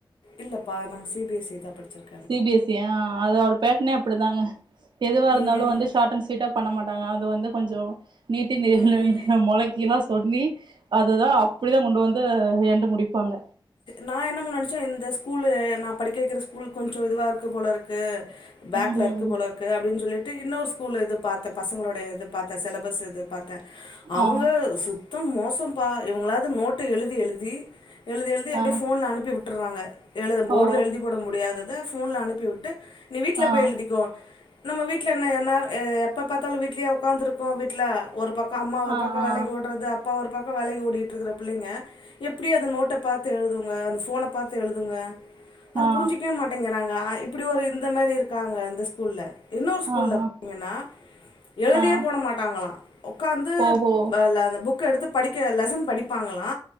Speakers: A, on the left; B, on the right.
A: இல்லப்பா நாங்க சி பி எஸ் இ தா படிச்சிருக்
B: சி பி எஸ் இ ஆ அதோட பேட்னே அப்டிதாங்க எதுவா இருந்தாலு
A: ம்
B: வந்து ஷாட் அண்ட் ஸ்வீ நீட்டா பண்ண மாட்டாங்க அது வந்து கொஞ்சோ நீட்டி நி
A: ம்
B: நி மொளைக்கிலா சொல்லி அதுதா அப்புடிதா கொண்டு வந்து என்ட முடிப்பாங்க
A: நா என்னமோ நெனச்சே இந்த ஸ்கூலு நா படிக்க வெக்கிற ஸ்கூல் கொஞ்சோ இதுவா இருக்கு போலருக்கு பேக்ல
B: ம் ம்
A: இருக்கு போல இருக்கு அப்டின் சொல்லிட்டு இன்னொரு ஸ்கூல் இது பாத்த பசங்களோ ட இது பாத்தே செலபஸ் இது பாத்தே அவுங்க
B: ஆ
A: சுத் சுத்தோ மோசோ பா இவுங்களாவ்து நோட்டு எழுதி எழுதி எழுதி எழுதி அப்டே
B: ஆ
A: ஃபோன்ல அனுப்பி விட் ட்டுர்றாங்க எழுத போர்ட்ல
B: ஓ
A: எழுதி போட முடியாதத ஃபோன்ல அனுப்பி விட்டு நீ வீட்ல
B: ஆ
A: போய் எழுதிக்கோ நம்ம வீட்ல என்ன என்நார் எப்ப பாத்தாலு வீட்லயா உக்காந்துருக்கோ வீட்ல ஒரு பக்கோ அம்மா ஒரு
B: ஆ
A: பக்கோ
B: ஆ
A: வேலைக்கி ஓட்றது அப்பா ஒரு பக்கோ வேலைக்கு ஓடிட்டுருக்குற புள்ளைங்க எப்புடி அத நோட் ட்ட பாத்து எழுதுங்க அந்த ஃபோன பாத்து எழுதுங்க அது
B: ஆ
A: புரிஞ்சிக்கவே மாட் டேங்குறாங்க ஆ இப்புடி ஒரு இந்த மாரி இருக்காங்க இந்த ஸ்கூல்ல இன்னொரு ஸ்கூல்லப்
B: ஆ ஆ
A: பாத்திங்கன்னா எழுதியே
B: ஆ
A: போட மாட்டாங்களா உக்காந்து
B: ஓஹோ
A: பே ல அந்த புக் புக் எடுத்து படிக்க லெசன் படிப்பாங்களா